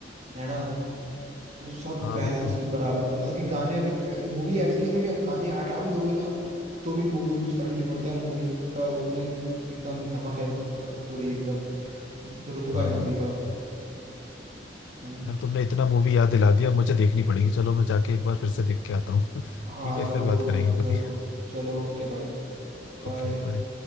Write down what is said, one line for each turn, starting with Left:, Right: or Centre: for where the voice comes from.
Right: है ना सब
Left: हाँ
Right: बैलेंस
Left: वही तो
Right: बराबर मतलब कि गाने अगर मूवी ऐसी है ना कि आप गाने हटा भी दोगे ना तो भी मूवी को कुछ फर्क नहीं पड़ता मूवी का उतना ही एकदम धमक है पूरी एकदम रुतबा
Left: हाँ
Right: है मूवी का
Left: भाई
Right: हम्म।
Left: यार तुमने इतना मूवी याद दिला दिया मुझे देखनी पड़ेगी चलो मैं जाके एक बार फिर से देख के आता हूँ <laughs>
Right: हाँ
Left: ठीक है
Right: जरूर
Left: फिर बात
Right: भाई
Left: करेंगे
Right: जरूर
Left: कभी
Right: चलो ओके भाई बाय
Left: Okay bye